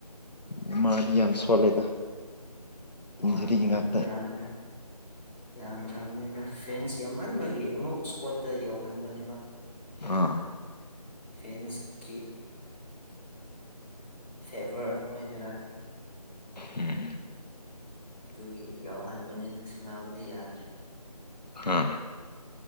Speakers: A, on the left (about 85°); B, on the left (about 20°).
A: ꯅꯦꯃꯥꯔꯗꯤ ꯌꯥꯝ ꯁꯣꯜꯂꯦꯗ ꯏꯟꯖꯨꯔꯤ
B: ꯑꯥ ꯌꯥꯗꯤ
A: ꯉꯥꯛꯇ
B: ꯌꯥꯗ꯭ꯔꯦ ꯌꯥꯗ꯭ꯔꯕꯅꯤꯗ ꯐꯦꯟꯁ ꯌꯥꯝꯍꯟꯕꯒꯤ ꯑꯃꯨꯛ ꯏꯁꯀꯣꯗꯠꯇ ꯌꯧꯍꯟꯕꯅꯦꯕ
A: ꯑꯥ
B: ꯐꯦꯟꯁꯀꯤ ꯐꯦꯚꯔ ꯑꯣꯏꯒꯦꯔ
A: ꯎꯝ
B: ꯑꯗꯨꯒꯤ ꯌꯥꯎꯍꯟꯕꯅꯤꯗ ꯁꯥꯟꯅꯕꯗꯤ ꯌꯥꯗ꯭ꯔꯦ
A: ꯍꯥ